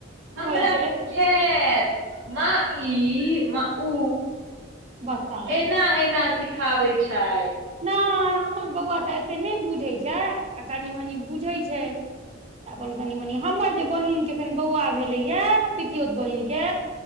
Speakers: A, on the right; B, on the right.
A: हमरा
B: होइ छै
A: सिखेत माँ ई माँ उ
B: बताउ
A: एना एना सिखाबै छै
B: नहि हमर बौआ तऽ एते नहि बुझै छै आ कनी मनी बुझै छै तऽ अपन कनि मनि हमर जे बहिनके कनि बौआ भेलैए पितियोत बहिनके